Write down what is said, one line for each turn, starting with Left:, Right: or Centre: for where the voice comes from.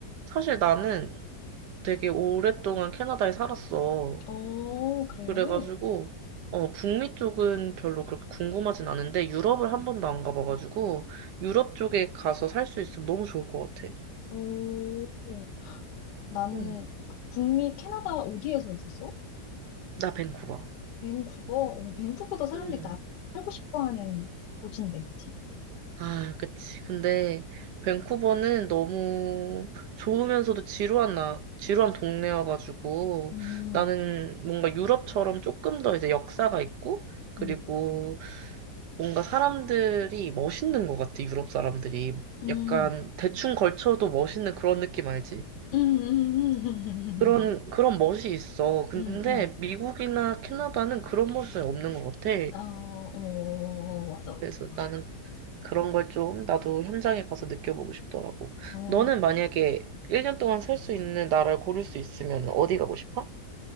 Right: 사실 나는 되게 오랫동안 캐나다에 살았어.
Left: 어, 그래.
Right: 그래가지고, 어, 북미 쪽은 별로 그렇게 궁금하진 않은데 유럽을 한 번도 안 가봐가지고 유럽 쪽에 가서 살 수 있으면 너무 좋을 것 같아.
Left: 오, 난
Right: 응.
Left: 북미, 캐나다 어디에서 있었어?
Right: 나 밴쿠버.
Left: 밴쿠버? 어, 밴쿠버도 사람들이
Right: 응.
Left: 다 살고 싶어 하는 도시인데, 그치?
Right: 아, 그치. 근데 밴쿠버는 너무 좋으면서도 지루한 나, 지루한 동네여가지고
Left: 음,
Right: 나는 뭔가 유럽처럼 조금 더 이제 역사가 있고 그리고
Left: 음,
Right: 뭔가 사람들이 멋있는 것 같아, 유럽 사람들이.
Left: 음,
Right: 약간 대충 걸쳐도 멋있는 그런 느낌 알지?
Left: 음, 음, 음, 음,
Right: 그런,
Left: 음.
Right: 그런 멋이 있어. 근데
Left: 음, 음, 음.
Right: 미국이나 캐나다는 그런 멋이 없는 것 같아.
Left: 어, 어, 어, 어, 맞아, 맞아.
Right: 그래서 나는 그런 걸 좀 나도 현장에 가서 느껴보고 싶더라고.
Left: 어,
Right: 너는 만약에 1년 동안 살 수 있는 나라를 고를 수 있으면 어디 가고 싶어?